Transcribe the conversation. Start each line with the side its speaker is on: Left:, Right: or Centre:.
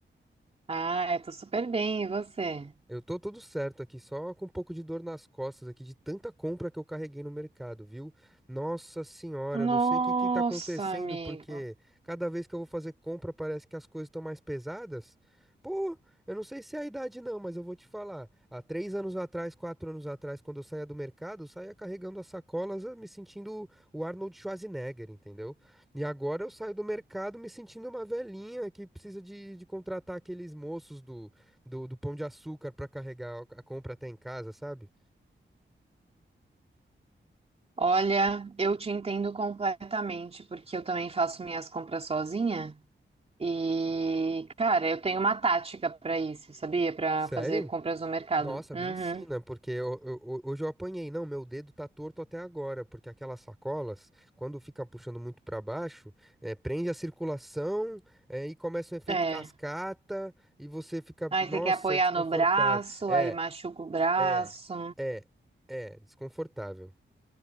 Right: Ah, eu tô super bem, e você?
Centre: Eu tô tudo certo aqui, só com um pouco de dor nas costas aqui, de tanta compra que eu carreguei no mercado, viu? Nossa senhora,
Right: Nossa,
Centre: eu não sei o que que tá acontecendo,
Right: amigo.
Centre: porque cada vez que eu vou fazer compra parece que as coisas estão mais pesadas. Pô, eu não sei se é a idade não, mas eu vou te falar. Há três anos atrás, quatro anos atrás, quando eu saía do mercado, eu saía carregando as sacolas, eh, me sentindo o Arnold Schwarzenegger, entendeu? E agora eu saio do mercado me sentindo uma velhinha que precisa de, de contratar aqueles moços do, do Pão de Açúcar pra carregar a compra até em casa, sabe?
Right: Olha, eu te entendo completamente, porque eu também faço minhas compras sozinha. E, cara, eu tenho uma tática pra isso, sabia? Pra
Centre: Sério?
Right: fazer compras no mercado.
Centre: Nossa,
Right: Uhum.
Centre: me ensina, porque eu- eu- eu- hoje eu apanhei. Não, meu dedo tá torto até agora, porque aquelas sacolas, quando fica puxando muito pra baixo, eh, prende a circulação, eh, e começa um efeito
Right: É.
Centre: cascata, e você fica.
Right: Aí
Centre: Nossa,
Right: você quer apoiar
Centre: é desconfortável.
Right: no braço,
Centre: É,
Right: aí machuca o braço.
Centre: é, é, é, desconfortável.